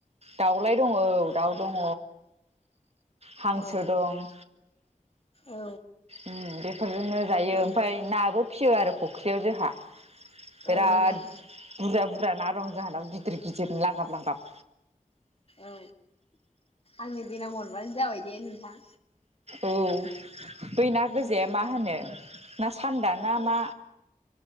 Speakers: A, on the right (about 45°); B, on the left (about 40°).
A: दाउलाय दङ औ दाउ दङ। हांसो
B: अ
A: दं।
B: औ
A: उम बेफोरजोंनो जायो ओमफ्राय
B: मोजां
A: नाबो फियो आरो फुख्रियाव जोंहा। बिराद
B: ओं ओं
A: बुरजा बुर जा ना दं जोंहानाव गिदिर-गिदिर लांगाब- लांगाब।
B: औ आंनो दिनां हरबानो जाबाय दे नोंथां।
A: औ बै ना गोजाया
B: औ
A: मा होनो ना सान्दा ना
B: अ
A: मा?